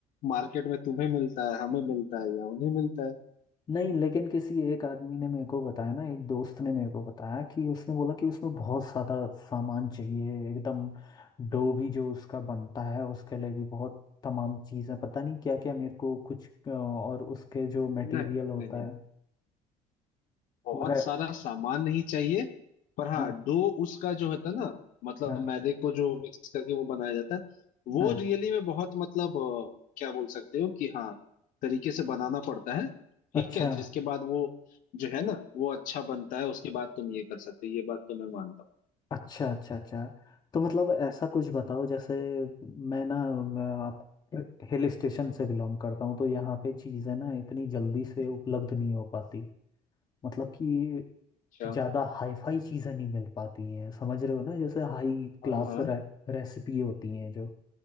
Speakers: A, on the left; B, on the left.
A: मार्केट में तुम्हें मिलता है हमें मिलता है या उन्हें मिलता है
B: नहीं लेकिन किसी एक आदमी ने मेरे को बताया ना एक दोस्त ने मेरे को बताया कि उसने बोला कि उसमें बहुत सारा सामान चाहिए एकदम डो भी जो उसका बनता है उसके लिए भी बहुत तमाम चीज़ें पता नहीं क्या क्या मेरे को कुछ अ, और उसके जो मटेरियल
A: नहीं
B: होता
A: नहीं नहीं
B: है
A: बहुत
B: वो रे
A: सारा सामान नहीं चाहिए पर हाँ
B: हाँ
A: डो उसका जो होता है ना मतलब
B: हाँ
A: मैदे को जो मिक्स करके वो बनाया जाता है वो
B: हाँ
A: रियली में बहुत मतलब अ, क्या बोल सकते हो कि हाँ तरीके से बनाना पड़ता है ठीक
B: अच्छा
A: है जिसके बाद वो जो है ना वो अच्छा बनता है उसके बाद तुम ये कर सकते हो ये बात तो मैं मानता
B: अच्छा अच्छा अच्छा तो मतलब ऐसा कुछ बताओ जैसे मैं ना मैं आप हिल स्टेशन से बिलोंग करता हूँ तो यहाँ पे चीज़ें ना इतनी जल्दी से
A: हूँ
B: उपलब्ध नहीं हो पाती मतलब कि
A: अच्छा
B: ज़्यादा हाईफाई चीज़ें नहीं मिल पाती हैं समझ रहे हो ना जैसे हाई क्लास
A: हाँ हाँ
B: रे, रेसिपी होती हैं जो